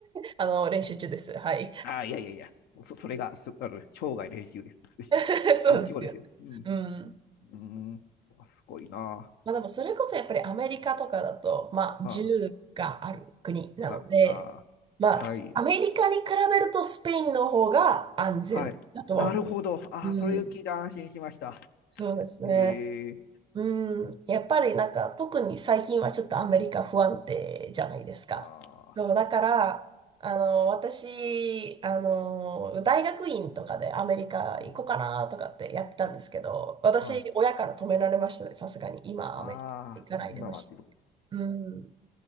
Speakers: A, on the right; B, on the left.
A: あの、練習中です。はい。
B: ああ、いやいやいや、そ、それがす、あの、生涯練習です。<laughs>
A: <laughs> そうですよ。
B: 勉強ですよ。うん。
A: うん。
B: うーん。あすごいな。
A: まあ、でも、それこそやっぱりアメリカとかだと、まあ、銃
B: あ
A: がある国なので、
B: あ、はあ、ああ、
A: まあ、
B: はい、
A: アメリカに比べるとスペインの方が安全だとは思
B: はい。なるほど。ああ、
A: う。うん、
B: それを聞いて安心しました。
A: そうですね。
B: へえ、
A: うん、やっぱりなんか特に最近はちょっとアメリカ不安定じゃないですか。
B: ああ、
A: そう、だから、あの、私、あの、大学院とかでアメリカ行こうかなとかってやってたんですけど、
B: うん、
A: 私、
B: あ
A: 親から止められましたね、さすがに。今、アメリカ行かないでほしい。
B: あ、ああ今はっていうことです。
A: うん。